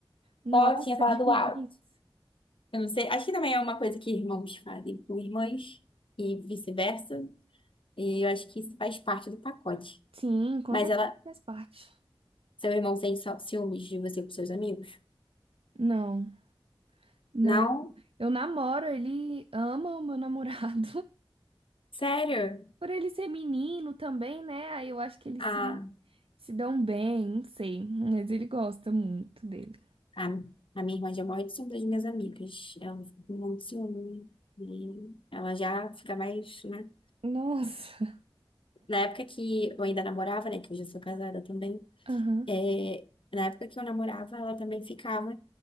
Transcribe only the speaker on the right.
Nossa,
demais.
Sim, com
certeza
faz parte.
Não, não.
Eu namoro, ele ama o meu namorado.
Por ele ser menino também, né? Aí eu acho que eles
se, se dão bem, não sei. Mas ele gosta muito dele.
Nossa.
Aham.